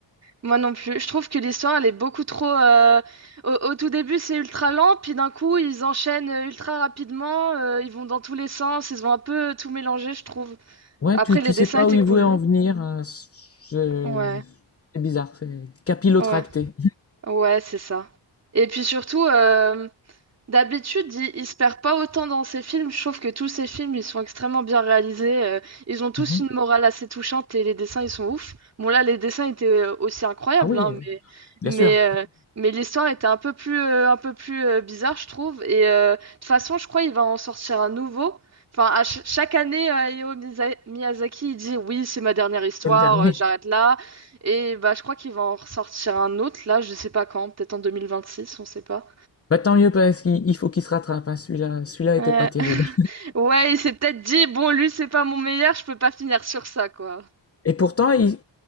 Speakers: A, on the right; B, on the left.
A: Moi non plus. Je trouve que l'histoire, elle est beaucoup trop. euh, Au, au tout début, c'est ultra lent, puis d'un coup, ils enchaînent euh, ultra rapidement. euh, ils vont dans tous les sens. Ils ont un peu tout mélangé, je trouve.
B: Ouais,
A: Après,
B: tu,
A: les
B: tu sais
A: dessins
B: pas
A: étaient
B: où il
A: cool.
B: voulait en venir. euh, je-
A: Ouais.
B: C'est bizarre, c'est capillotracté.
A: Ouais, ouais, c'est ça. Et puis surtout, euh, D'habitude, il, il se perd pas autant dans ses films. Je trouve que tous ses films, ils sont extrêmement bien réalisés. euh, ils ont tous
B: Mhm.
A: une morale assez touchante et les dessins, ils sont ouf. Bon, là, les dessins étaient euh, aussi incroyables,
B: Ah oui,
A: hein,
B: euh,
A: mais,
B: bien
A: mais,
B: sûr,
A: euh, mais l'histoire était un peu plus, euh, un peu plus euh, bizarre, je trouve. Et euh, de toute façon, je crois qu'il va en sortir un nouveau. Enfin, à ch- chaque année, euh, Hayao Miza- Miyazaki, il dit, oui, c'est ma dernière histoire,
B: c'est le dernier.
A: euh, j'arrête là. Et bah, je crois qu'il va en ressortir un autre, là, je sais pas quand, peut-être en 2026, on sait pas.
B: Bah tant mieux parce qu'il il faut qu'il se rattrape. hein, Celui-là, celui-là
A: Ouais.
B: était pas terrible.
A: <laughs> Ouais, il s'est peut-être dit, bon, lui, c'est pas mon meilleur, je peux pas finir sur ça, quoi.
B: Et pourtant, il,